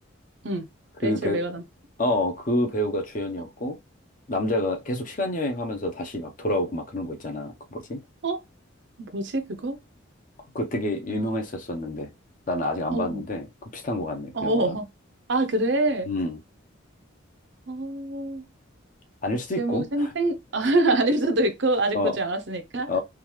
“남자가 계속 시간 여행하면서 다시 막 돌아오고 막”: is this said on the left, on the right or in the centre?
Left